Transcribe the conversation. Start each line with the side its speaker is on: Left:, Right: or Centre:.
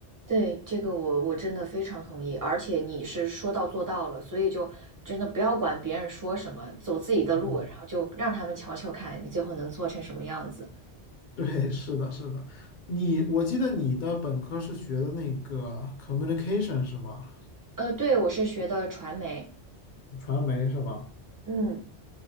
Right: 对，这个我我真的非常同意，而且你是说到做到了，所以就真的不要管别人说什么，走自己的路，
Left: 嗯，
Right: 然后就让他们瞧瞧看你最后能做成什么样子。
Left: 对，是的，是的。你，我记得你的本科是学的那个 communication 是吗？
Right: 呃，对，我是学的传媒，
Left: 传媒是吧？
Right: 嗯